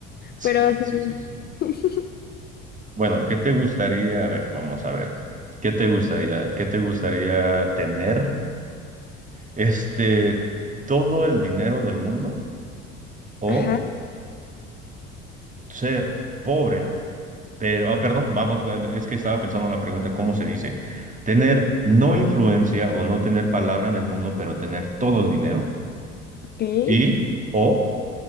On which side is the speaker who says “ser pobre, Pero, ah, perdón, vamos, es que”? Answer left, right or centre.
Right